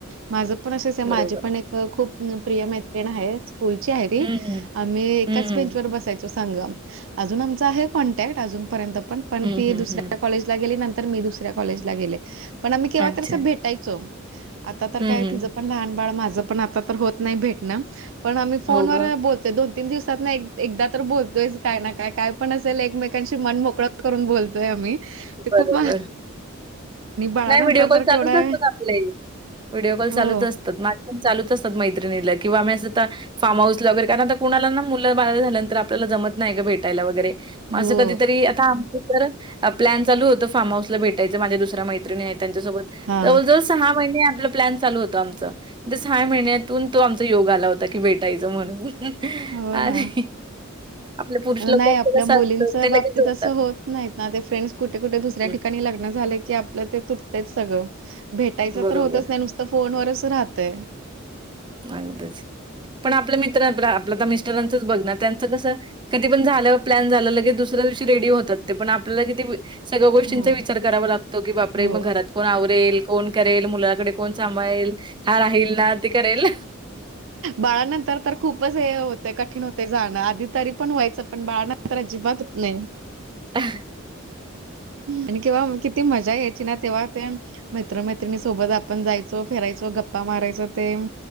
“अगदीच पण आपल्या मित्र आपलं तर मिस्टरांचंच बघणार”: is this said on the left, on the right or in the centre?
Right